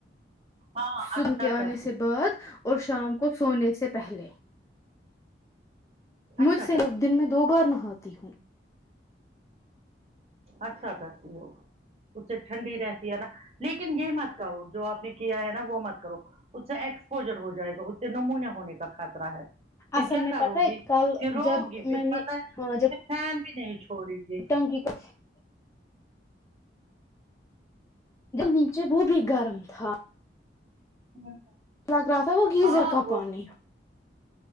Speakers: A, on the right; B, on the left.
A: ہاں
B: سن
A: اچھا
B: کے آنے
A: کرتی
B: سے بعد اور شام کو سونے سے پہلے مجھ
A: اچھا
B: سے
A: کرتی
B: دن میں دو بار نہاتی ہوں
A: اچھا کرتی ہو اس سے ٹھنڈی رہتی ہے نا لیکن یہ مت کرو جو آپ نے کیا ہے نا وہ مت کرو اس سے ایکسپوجر ہو جائے گا اس سے نمونیا ہونے کا خطرہ ہے پھر
B: اصل
A: کیا
B: میں
A: کرو
B: پتہ ہے
A: گی
B: کل
A: پھر رو
B: جب
A: گی پھر
B: میں نے
A: پتا ہے
B: ہاں جب
A: فین بھی نہیں چھوڑیں گی
B: ٹنکی کا نیچے وہ بھی گرم تھا
A: <unintelligible>
B: لگ رہا تھا وہ گیزر
A: ہاں
B: کا
A: وہ
B: پانی